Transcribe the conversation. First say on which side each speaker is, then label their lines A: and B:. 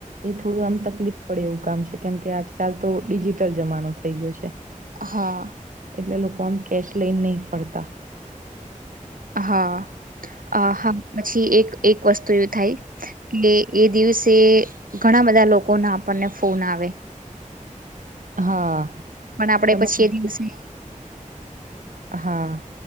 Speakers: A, on the right; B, on the right.
A: એ થોડું આમ તકલીફ પડે એવું કામ છે કેમ કે આજકાલ તો ડિજીિટલ જમાનો થઈ ગયો છે.
B: હા
A: એટલે લોકો આમ કેશ લઈન નહીં ફરતા
B: હા અ હા પછી એક એક વસ્તુ એવી થાય કે એ દિવસ તે ઘણા બધા લોકો ના આપણને ફોન આવે
A: હા
B: પણ આપડે
A: તમારી
B: પછી એ
A: જોડે
B: દિવસે
A: હા